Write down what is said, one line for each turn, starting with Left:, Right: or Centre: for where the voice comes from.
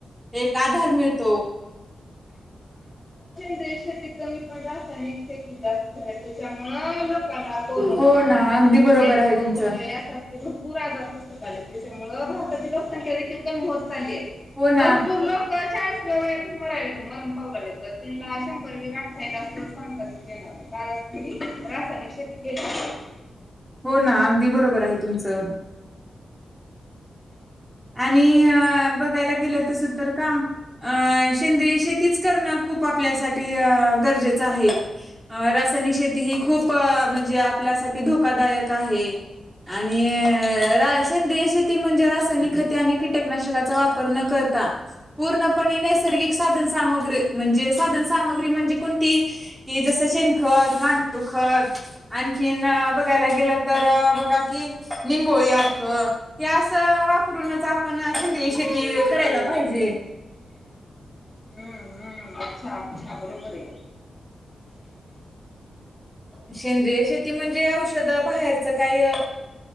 Centre: एक आधार मिळतो.
Left: सेंद्रीय शेती कमी, पण रासायिक शेती जास्त त्यांच्यामुळे लोकांना कोरोना,
Centre: हो ना अगदी बरोबर
Left: डेंगू,
Centre: आहे तुमचं
Left: मलेरिया भरपूर आजार पण झाले, त्याच्यामुळ भारताची लोकसंख्या देखील कमी होत चाली आहे.
Centre: हो ना
Left: भरपूर लोक चाळीसच्या वयातच मराय लागलेत मरण पावतेत त्यांना शंभर बी गाठ अस सांगतात की नाही कारण ति रासायनिक शेती केली.
Centre: हो ना अगदी बरोबर आहे तुमचं. आणि बघायला गेल तस तर का अ सेंद्रिय शेतीच करणं खूप आपल्यासाठी अ गरजेचं आहे. अ रासायनिक शेती ही खूप म्हणजे, आपल्यासाठी धोकादायक आहे. आणि रा सेंद्रिय शेती म्हणजे रासायनिक खते आणि कीटकनाशकाचा वापर न करता पूर्णपणे नैसर्गिक साधन सामग्री म्हणजे साधन सामग्री म्हणजे कोणती कि जसं शेणखत, गांडूळखत आणखीन बघायला गेलं तर, बघा कि निंबोळी सारख क अस वापरूनच आपण सेंद्रीय शेती करायला पाहिजे.
Left: हम्म हम्म अच्छा हा बरोबर आहे
Centre: सेंद्रिय शेती म्हणजे औषध बाहेरच काही